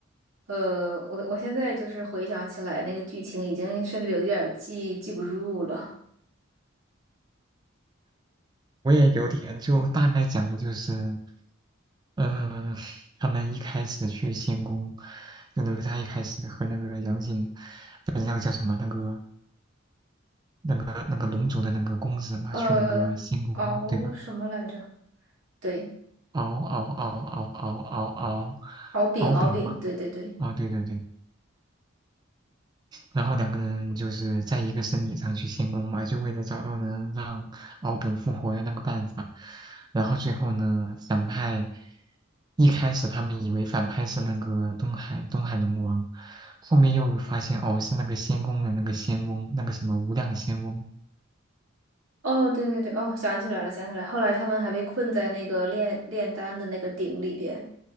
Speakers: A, on the right; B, on the right.
A: 呃，我我现在就是回想起来那个剧情，已经甚至有一点儿记记不住了。
B: 我也有点就大概讲的就是，呃，他们一开始去仙宫，就哪吒一开始和那个杨戬，不知道叫什么那个那个那个龙族的那个公子嘛，
A: 呃，
B: 去那个仙宫，
A: 敖什么来着？
B: 对吧？
A: 对，
B: 敖敖敖敖敖敖敖
A: 敖丙，
B: 敖丙嘛，
A: 敖丙，对对对。
B: 哦，对对对，然后两个人就是在一个身体上去仙宫嘛，就为了找到能让敖丙复活的那个办法。然后最后呢，反派一开始他们以为反派是那个东海东海龙王，后面又发现哦是那个仙宫的那个仙翁，那个什么无量仙翁。
A: 哦，对对对，哦，想起来了，想起来了。后来他们还被困在那个炼炼丹的那个鼎里边。